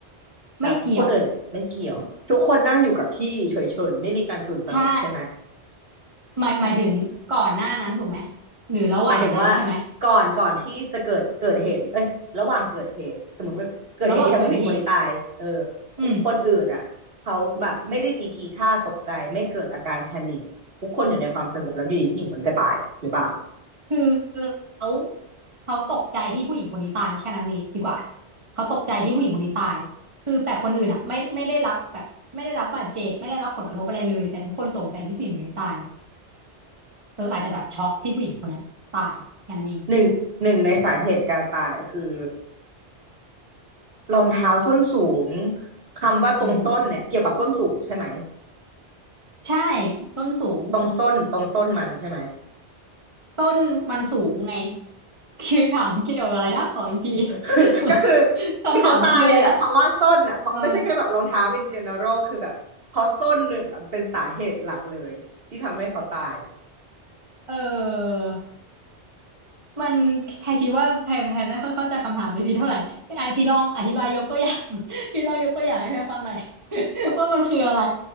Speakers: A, on the right; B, on the right.
A: แบบคนอื่นไม่เกี่ยวทุกคนนั่งอยู่กับที่เฉยๆไม่มีการตื่นตระหนกใช่ไหม
B: ไม่เกี่ยวใช่หมายหมายถึงก่อนหน้านั้นถูกไหมหรือระหว่างนั้นใช่ไหม
A: หมายถึงว่าก่อนก่อนที่จะเกิดเกิดเหตุเอ้ยระหว่างเกิดเหตุสมมติว่าเกิดเหตุที่ทำให้ผู้หญิงคนนี้ตายเออคนคนอื่นอ่ะเขาแบบไม่ได้มีทีท่าตกใจไม่เกิดอาการแพนิคทุกคนอยู่ในความสงบแล้วอยู่ดีผู้หญิงคนนี้ก็ตายหรือเปล่า
B: ระหว่างเกิดเหตุอืมคือเขา เขาตกใจที่ผู้หญิงคนนี้ตายแค่นั้นเองดีกว่าเขาตกใจที่ผู้หญิงคนนี้ตายคือแต่คนอื่นอ่ะไม่ไม่ได้รับแบบไม่ได้รับบาดเจ็บไม่ได้รับผลกระทบอะไรเลยแต่ทุกคนตกใจที่ผู้หญิงคนนี้ตายเอออาจจะแบบช็อกที่ผู้หญิงคนเนี้ยตายแค่นั้นเอง
A: หนึ่งหนึ่งในสาเหตุการตายคือ รองเท้าส้นสูงคำว่าตรงส้นเนี่ยเกี่ยวกับส้นสูงใช่ไหม
B: อืมใช่ส้นสูง
A: ตรงส้นตรงส้นมันใช่ไหม
B: ต้นมันสูงไงคือถามเกี่ยวกับอะไรนะขออีกที
A: <laughs> ก็คือ
B: <laughs> คำถามคืออะไรนะ
A: ที่เขาตายเนี่ยเพราะว่าส้นอ่ะเพราะไม่ใช่แค่แบบรองเท้า
B: เออ
A: in general คือแบบเพราะส้นหนึ่งเป็นสาเหตุหลักเลยที่ทำให้เขาตาย
B: เออ มันแพรคิดว่าแพรแพรไม่ค่อยเข้าใจคำถามพี่พีเท่าไหร่พี่ไอพี่ลองอธิบายยกตัวอย่าง <laughs> พี่ลองยกตัวอย่างให้แพรฟังหน่อย <laughs> ว่ามันคืออะไร